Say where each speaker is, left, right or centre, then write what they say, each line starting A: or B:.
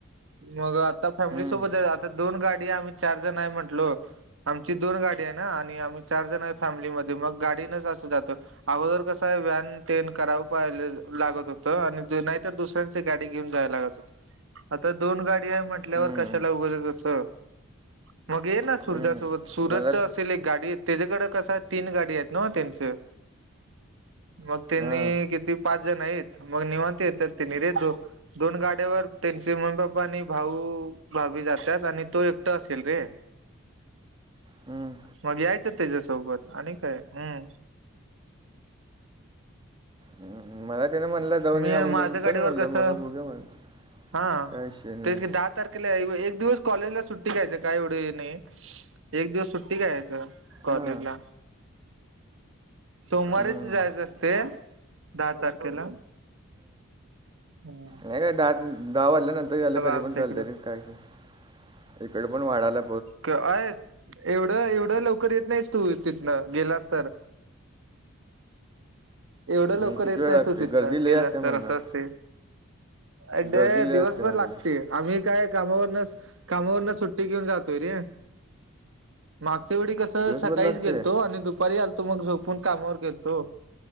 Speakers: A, on the right; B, on the right.
A: मग आ आता
B: हम्म
A: फॅमिली सोबत आता दोन गाडी, आम्ही चार जण आहे म्हटलो, आमची दोन गाडी हाय ना आणि आमी चार जण आहे फॅमिलीमध्ये मग गाडीनंच असं जातो. अगोदर कसं आहे व्हॅन तेन करावं पाहिजे लागत होतं आणि नाहीतर दुसऱ्यांच गाडी घेऊन जाया लागत होतं, आता दोन गाडी आहे म्हटल्यावर
B: हम्म
A: कशाला उगचच असं मग ये ना
B: हम्म
A: सुरजासोबत सुरजच
B: मला
A: असेल एक गाडीत. तेजाकडं कसं तीन गाडी आहेत नव त्यंचं. मग
B: हां
A: त्यांनी किती पाच जण आहेत, मग निवांत येत्यात त्यांनी रे दो दोन गाड्यावर त्यांचे मम्मी-पप्पा आणि भाऊ -भाभी जात्यात आणि तो एकटा असेल रे.
B: हम्म
A: मग यायचं त्याच्यासोबत आणि काय. हूं..
B: हम्म. मला त्यानं म्हणला जाऊन
A: मी
B: या म्हणून
A: माझ्या गाडीवर
B: चल म्हणलं
A: कसं,
B: मला बघूया म्हणलं
A: हा
B: काय विषय नाही
A: तेच की दहा तारखेला हाय व्हय एक दिवस कॉलेजला सुट्टी घ्यायचं काय एवढं हे नाही. एक दिवस सुट्टी घ्यायचं कॉलेजला.
B: हां
A: सोमवारीच
B: हम्म
A: जायचं असतयं. दहा तारखेला... हूं..
B: नही नहीं दहा दहा वाजल्यानंतर यायलं तरी
A: आमच्या
B: पण चालतय रे काय नइ इकड पण वाढाला
A: क आहेत एवढं एवढं लवकर येत नहीस तू तिथनं गेला तर! एवढं लवकर
B: मग किती
A: येत
B: वेळ
A: नाही
B: लागते
A: तू तिथंन
B: गर्दी लय
A: गेलास
B: असते म्हणा
A: तर असं असते. अडेळ्या
B: गर्दी लय
A: दिवसभर
B: असते म्हणले
A: लागतेय आम्ही काय, कामावरनसं कामावरन सुट्टी घेऊन जातोय रे! मागच्या वेडी कसं
B: दिवसभर
A: सकाळीच
B: लागते
A: गेलतो, आणि दुपारी आलतो मग झोपून कामावर गेलतो.